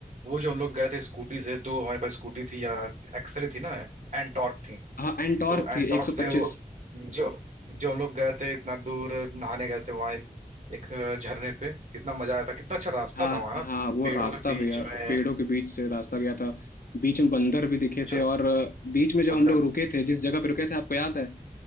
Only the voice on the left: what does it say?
हाँ एंटॉर्क
थी 125
हाँ
हाँ वो
रास्ता
गया
पेड़ों के बीच से रास्ता गया था बीच में बंदर भी दिखे
थे और अ, बीच में जब
हम लोग रुके थे जिस जगह पे रुके थे आपको याद है